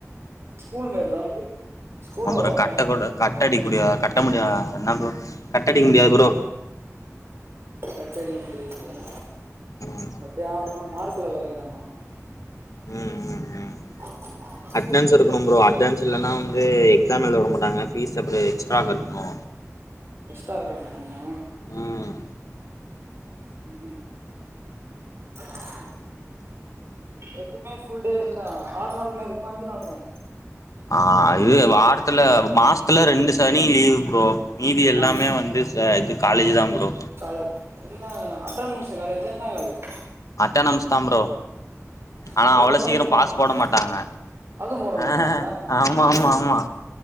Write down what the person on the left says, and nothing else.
ஆ ப்ரோ
கட்ட
கூட கட்ட அடிக்ககூடிய கட்ட முடியாதா என்ன ப்ரோ கட் அடிக்க முடியாது ப்ரோ
ம்
ம் ம் ம்
அட்டன்டென்ஸ்ஸ் இருக்கணு ப்ரோ அட்டன்டென்ஸ் இல்லனா வந்து எக்ஸாம் எழுத விடமாட்டங்க ஃபீஸ் அப்றே எக்ஸ்ட்ரா கட்டணு
ம்
<inaudible>
ஆ இது வாரத்துல மாஸ்த்துல ரெண்டு சனி லீவ் ப்ரோ மீதி எல்லாமே
வந்து இது காலேஜ் தான் ப்ரோ
அட்ட நம்ஸ்தான் ப்ரோ ஆனா
அவ்ளோ
சீக்ரோ
பாஸ்
போட மாட்டாங்க
அ ஆமா ஆமா
ஆமா